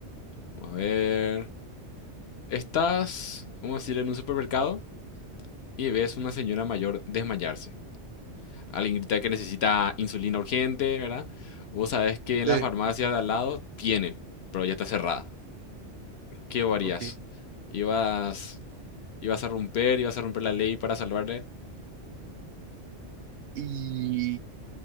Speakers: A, on the left; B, on the right.
A: Vamos a ver. Estás, vamos a decir, en un supermercado y ves una señora mayor desmayarse. Alguien grita que necesita insulina urgente, ¿verdad? Vos sabés que en
B: sí,
A: la farmacia de al lado tienen, pero ya está cerrada. ¿Qué harías?
B: ok.
A: ¿Ibas, ibas a romper, ibas a romper la ley para salvarle?
B: Y